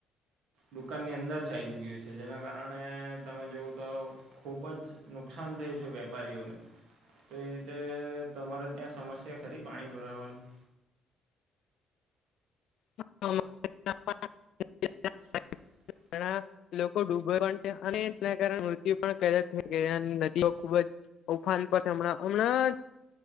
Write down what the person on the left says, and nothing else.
<inaudible>
<unintelligible> લોકો ડુબે પણ છે અને તેના કારણે મૃત્યુ પણ <unintelligible> નદીઓ ખુબ જ. ઉફાન પાસે હમણાં